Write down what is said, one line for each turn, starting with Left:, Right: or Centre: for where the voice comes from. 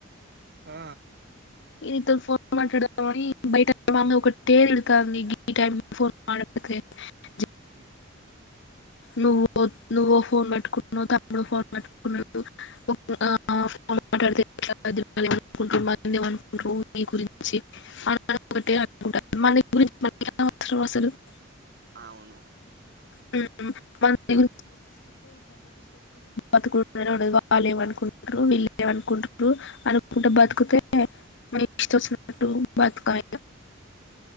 Right: ఆ
Left: ఈ నీతి ఫోన్ మాట్లాడతామని బయట ఒకటే తిడుతుంది ఈ టైమ్ ల ఫోన్ మాట్లాడితే <unintelligible>
Right: ఉమ్
Left: నువ్ నువ్వో ఫోన్ పెట్టుకున్నావు తమ్ముడు ఓ ఫోన్ పట్టుకున్నాడు ఆ ఫోన్ మాట్లాడితే <unintelligible> <unintelligible> <unintelligible>
Right: అవును
Left: <unintelligible> వాళ్ళు ఏం అనుకుంటారు వాళ్ళు ఏం అనుకుంటరు విల్లు ఏం అనుకుంటరు కుంటే బతుకితే మన ఇష్ట వచ్చినట్టు బతక